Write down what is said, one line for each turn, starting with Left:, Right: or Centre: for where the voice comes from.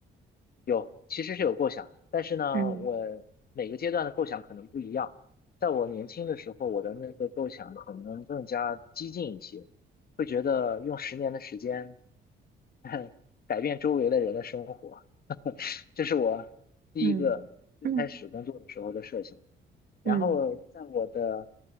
Left: 有，其实是有构想，但是呢，
Right: 嗯
Left: 我每个阶段的构想可能不一样。在我年轻的时候，我的那个构想可能更加激进一些，会觉得用十年的时间 <laughs> 改变周围的人的生活，<laughs> 这是我第一个最开始工作的时候的设想。
Right: 嗯嗯
Left: 然后在我的，
Right: 嗯